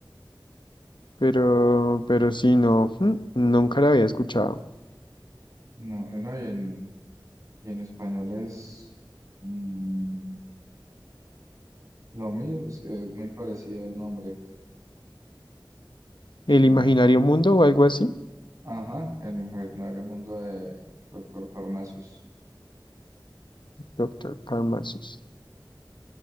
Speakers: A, on the left; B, on the right.
A: Pero, pero sí, no, mm, nunca la había escuchado.
B: No, eh, no, y en, y en español es mm, lo mismo, es, es muy parecido el nombre, si
A: ¿El
B: no
A: imaginario
B: me acuerdo.
A: mundo o algo así?
B: Ajá, el imaginario mundo de Doctor Parnassus.
A: Doctor Karamazos.